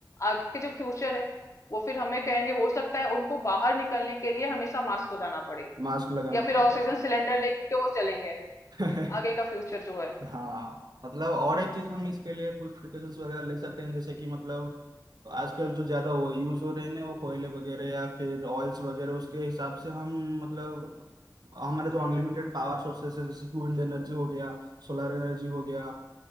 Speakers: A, on the left (about 45°); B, on the right (about 70°).
A: आगे के जो फ्यूचर है वो फिर हमें कहेंगे हो सकता है उनको बाहर निकलने के लिए हमेशा मास्क लगाना पड़े
B: मास्क लगाना
A: या फिर
B: पड़ेगा
A: ऑक्सीजन सिलेंडर लेके वो चलेंगे
B: <laughs>
A: आगे का फ्यूचर जो है
B: हाँ मतलब और एक चीज हम इसके लिए कुछ प्रिकॉशंस वगैरह ले सकते हैं जैसे कि मतलब तो आजकल जो ज्यादा वो यूज हो रहे हैं ना वो कोयले वगैरह या फिर ऑयल्स वगैरह उसके हिसाब से हम मतलब हमारे जो
A: हम्म
B: अनलिमिटेड पावर सोर्सेस है जैसे कि विंड एनर्जी हो गया सोलर एनर्जी हो गया